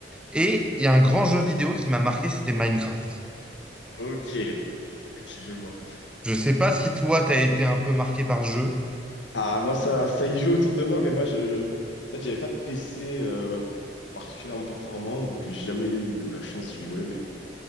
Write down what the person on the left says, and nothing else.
Ok, ok, je vois.
Ah, moi, ça, ça y joue autour de moi, mais moi, je... En fait, j'avais pas de PC euh, particulièrement performant, donc j'ai jamais eu le- la chance d'y jouer, mais